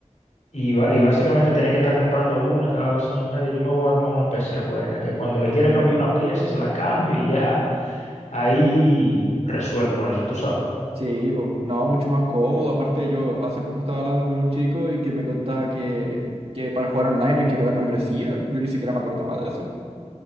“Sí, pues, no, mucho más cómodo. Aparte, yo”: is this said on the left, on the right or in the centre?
Right